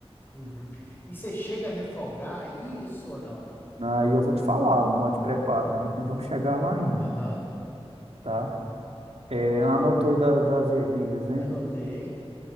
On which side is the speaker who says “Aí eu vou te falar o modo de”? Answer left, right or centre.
Right